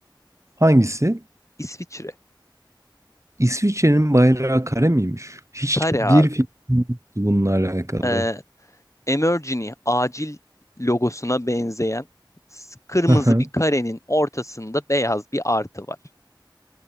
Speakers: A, on the right; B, on the left.
A: Hangisi?
B: İsviçre.
A: İsviçre'nin bayrağı kare miymiş? Hiçbir
B: Kare abi.
A: fikrim yoktu bununla alakalı.
B: Ee, Emergency acil logosuna benzeyen s- kırmızı
A: Hı hı.
B: bir karenin ortasında beyaz bir artı var.